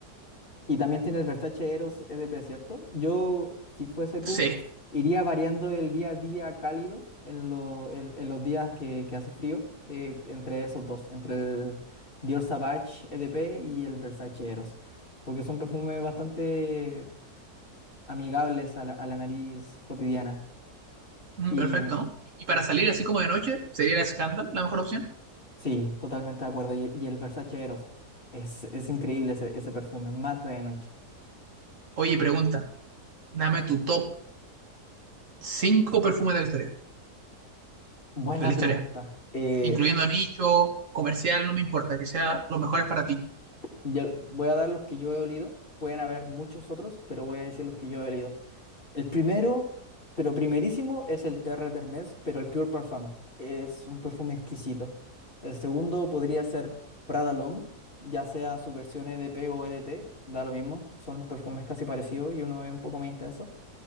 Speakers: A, on the left; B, on the right.
A: Y también tiene el Versace Eros EDP, ¿cierto? Yo, si fuese tú,
B: Sí,
A: iría variando el día a día cálido en, lo- en- en los días que, que hace frío, eh, entre esos dos, entre el Dior Sauvage EDP y el Versace Eros, porque son perfumes bastante amigables a la, a la nariz cotidiana.
B: Mm,
A: Y
B: perfecto, ¿no? Y para salir así como de noche, ¿sería el Scandal la mejor opción?
A: sí, totalmente de acuerdo. Y, y el Versace Eros, es, es increíble ese, ese perfume, mata de noche.
B: Oye, pregunta, dame tu top 5 perfumes de la historia,
A: Buena
B: de la
A: pregunta.
B: historia,
A: Eh,
B: incluyendo nicho, comercial, no me importa, que sea los mejores para ti.
A: Ya voy a dar los que yo he olido. Pueden haber muchos otros, pero voy a decir los que yo he olido. El primero, pero primerísimo, es el Terre d'Hermès, pero el Pure Parfum. Es un perfume exquisito. El segundo podría ser Prada L'Homme, ya sea su versión EDP o EDT, da lo mismo. Son perfumes casi parecidos y uno es un poco más intenso.